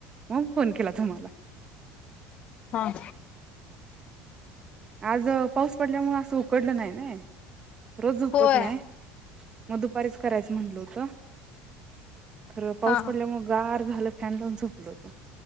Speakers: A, on the right; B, on the left.
A: मग फोन केला तुम्हाल <inaudible>
B: हां.
A: आज अ पाऊस पडल्यामुळे असं उकडलं नाई नाय. रोज झोपत
B: होय
A: नाय. म दुपारीच करायच म्हंटल होतं. खरं पाऊस
B: हा हा.
A: पडल्यामुळे गार झालं म्हणून फॅन लाऊन झोपलो